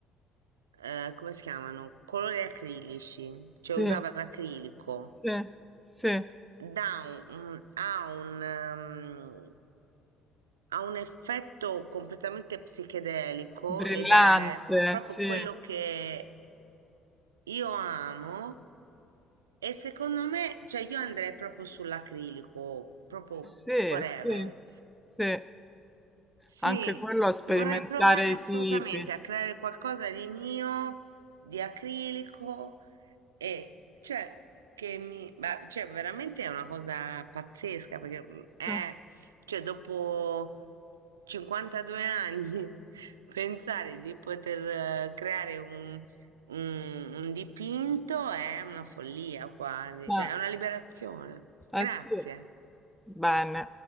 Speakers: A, on the right; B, in the centre.
A: ehm, come si chiamano, colori acrilici, cioè
B: sì,
A: usava l'acrilico.
B: sì, sì,
A: Dà un un ha un mhmm, ha un effetto completamente psichedelico
B: brillante,
A: ed è proprio
B: sì,
A: quello
B: eh
A: che Io amo e secondo me, cioè io andrei proprio sull'acrilico, proprio
B: sì,
A: forever.
B: sì. Sì,
A: Sì,
B: Anche quello a sperimentare
A: vorrei provare
B: i
A: assolutamente
B: tipi.
A: a creare qualcosa di mio, di acrilico e cioè che mi, ma, cioè veramente è una cosa pazzesca perché mm, è,
B: <laughs>
A: cioè dopo 52 anni <laughs> pensare di poter eh, creare un, un un dipinto è una follia quasi,
B: Eh,
A: cioè è una liberazione. Grazie.
B: eh sì, bene.